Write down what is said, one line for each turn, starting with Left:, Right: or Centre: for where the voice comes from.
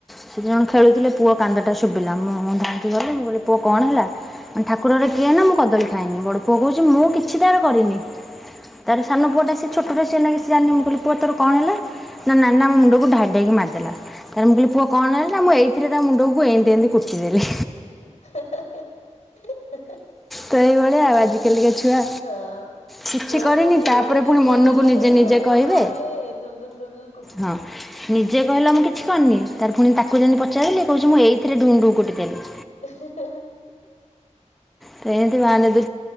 Centre: ସେ ଦି ଜଣ ଖେଳୁ ଥିଲେ, ପୁଅ କାନ୍ଦ ଟା ଶୁଭିଲା, ମୁଁଁ ଧାଇଁ କି ଗଲି, ମୁଁ କହିଲି ପୁଅ କଣ ହେଲା। ମାନେ ଠାକୁର ଘରେ କିଏ? ନା ମୁଁ କଦଳୀ ଖାଇନି। ବଡ ପୁଅ କହୁଛି ମୁଁ କିଛି ତାର କରିନି। ତାରେ ସାନ ପୁଅ ଟା ସେ ଛୋଟ ଟା ସେ ନାଗୀ ସେ ଜାଣିନି। ମୁଁ କହିଲି ପୁଅ ତୋର କଣ ହେଲା? ନା ନାନା ମୋ ମୁଣ୍ଡକୁ ଢାଏ ଢାଏ କି ମାରିଦେଲା। ତାରେ ମୁଁ କହିଲି ପୁଅ କଣ ହେଲା? ନା ମୁଁ ଏଇ ସେଥିରେ ତା ମୁଣ୍ଡକୁ, ଏମିତି ଏମିତି କୁଟି ଦେଲି।
Left: ହେଁ-ହେଁ ହେଁ-ହେଁ।
Centre: ତ ଇଏ ଭଳିଆ ଆଉ ଆଜିକାଲିକା ଛୁଆ।
Left: ହଁ।
Centre: କିଛି
Left: ଛୁଆଙ୍କ
Centre: କରିନି
Left: ମୁଡ୍
Centre: ତାପରେ
Left: ହେଲେ
Centre: ପୁଣି
Left: ଛୁଆ
Centre: ମନକୁ
Left: ଗେଲ
Centre: ନିଜେ
Left: କରିବେ
Centre: ନିଜେ
Left: ମୁଡ୍
Centre: କହିବେ
Left: ନହେଲେ ଦୁଲ୍ ଦୁଲ୍ ଦୁଲ୍ ଦୁଲ୍ କୁଟିଦେବେ।
Centre: ହଁ ନି ଜେଏ କହିଲା ମୁଁ କିଛି କରିନି। ତାର ପୁଣି ତାକୁ ଯେମିତି ପଚାରିଲିି, କହୁଛି ମୁଁ ଏଇଥିରେ ଡୁ ଡୁ କୁଟି ଦେଥିଲି।
Left: ଏ ହେଁ ହେଁ।
Centre: ସେ ଏମିତି ବାନେ ଦୁ